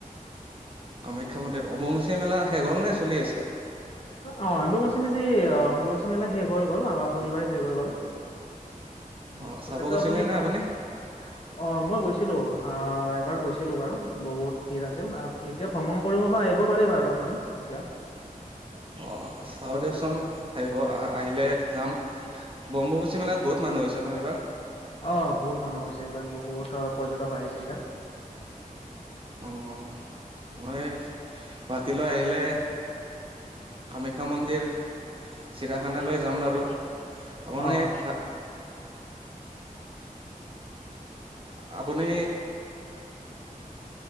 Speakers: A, on the right; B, on the left.
A: কামাখ্যা মন্দিৰ অম্বুবাচী মেলা শেষ হ'ল নে চলি আছে।
B: অ' অম্বুবাচিমীচি অম্বুমাচী মেলা শেষ হৈ গ'ল আমাৰ শনিবাৰে শেষ হৈ গ'ল।
A: অ' চাব
B: তথাপিও
A: গৈছিলে নে
B: ভ্ৰমণ
A: আপুনি।
B: অ মই গৈছিলো আহ এবাৰ গৈছিলো বাৰু বহুত ভিৰ আছিল এতিয়া ভ্ৰমণ কৰিব পৰা আহিব পাৰি বাৰু আপুনি এতিয়া।
A: <inaudible> অ' চাও দিয়কচোন আহিব আহ আহিলে যাম অম্বুবাচি মেলাত বহুত মানুহ হৈছে ন এইবাৰ।
B: অ' বহুত মানুহ হৈছে এইবাৰ বহুত পৰ্যটক আহিছে ইয়াত।
A: অ' মই গুৱাহাটীলৈ আহিলে কামাখ্যা মন্দিৰ চিৰাখানালৈ যাম বাৰু। আমাৰ মানে
B: অ
A: ইয়াত আপুনি